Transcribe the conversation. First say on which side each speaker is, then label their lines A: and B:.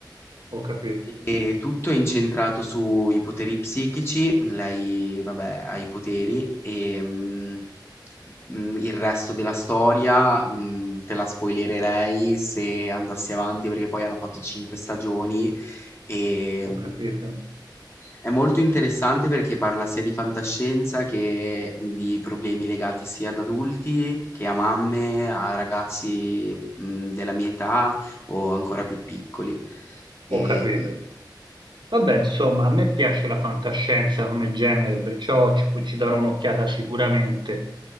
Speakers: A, on the right (about 80°); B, on the left (about 30°).
A: Ho capito,
B: E tutto è incentrato sui poteri psichici, lei vabbè ha i poteri, ehm, mhmm, mhmm, il resto della storia, mhmm, te la spoilererei se andassi avanti perché poi hanno fatto 5 stagioni, ehm
A: ho capito,
B: è molto interessante perché parla sia di fantascienza che di problemi legati sia ad adulti che a mamme, a ragazzi mm, della mia età o ancora più piccoli. E,
A: ho capito. Vabbè, insomma, a me piace la fantascienza come genere, perciò ci, ci darò un'occhiata sicuramente.